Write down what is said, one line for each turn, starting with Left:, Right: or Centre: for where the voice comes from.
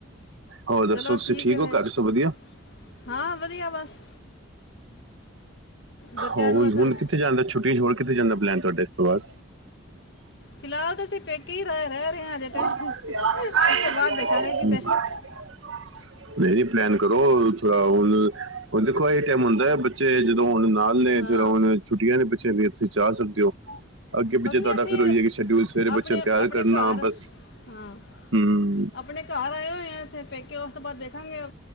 Right: ਹੋਰ ਦੱਸੋ
Left: ਚਲੋ
Right: ਤੁਸੀਂ ਠੀਕ
Left: ਹੈ
Right: ਹੋ,
Left: ਫਿਰ
Right: ਘਰ ਸਭ ਵਧੀਆ?
Left: ਹਾਂ, ਵਧੀਆ ਬਸ। ਬੱਚਿਆਂ
Right: ਉਹ
Left: ਨੂੰ ਬਸ
Right: ਹੁਣ ਕਿੱਥੇ ਜਾਂਣ ਦਾ, ਛੁੱਟੀਆਂ ਹੋਰ ਕਿੱਥੇ ਜਾਂਣ ਦਾ ਪਲੈਨ ਤੁਹਾਡੇ ਇਸ ਤੋਂ ਬਾਅਦ।
Left: ਫਿਲਹਾਲ ਤਾਂ ਅਸੀਂ, ਪੇਕੇ ਹੀ ਰ ਰਹਿ ਰਹੇ ਹਾਂ। ਅਜੇ
Right: <unintelligible>
Left: ਤੇ ਉਸ ਤੋਂ ਬਾਅਦ ਦੇਖਾਂਗੇ ਕਿਤੇ
Right: ਨਹੀਂ- ਨਹੀਂ, ਪਲੈਨ ਕਰੋ ਥੋੜਾ। ਹੁਣ, ਹੁਣ ਦੇਖੋ ਇਹ ਟਾਈਮ ਹੁੰਦਾ ਬੱਚੇ ਜਦੋਂ ਹੋਣ ਨਾਲ। ਹੱਲੇ
Left: ਹਾਂ
Right: ਤੇ ਹੁਣ ਛੁੱਟੀਆਂ ਨੇ, ਬੱਚਿਆਂ ਦੀਆਂ ਤੁਸੀਂ ਜਾ ਸਕਦੇ ਹੋ। ਅੱਗੇ
Left: ਬਸ
Right: ਪਿੱਛੇ
Left: ਨਹੀਂ
Right: ਤੁਹਾਡਾ
Left: ਇੱਥੇ
Right: ਫੇਰ, ਉਹੀ ਹੈ ਕਿ ਸ਼ਡਿਊਲ। ਸਵੇਰੇ ਬੱਚਿਆਂ
Left: ਆਪਣੇ
Right: ਨੂੰ ਤਿਆਰ
Left: ਆਪਣੇ
Right: ਕਰਨਾ।
Left: ਘਰ
Right: ਬਸ
Left: ਹਾਂ,
Right: ਹੂੰ
Left: ਆਪਣੇ ਘਰ ਆਏ ਹੋਏ ਆ ਇੱਥੇ ਪੇਕੇ। ਉਸ ਤੋਂ ਬਾਅਦ ਦੇਖਾਂਗੇ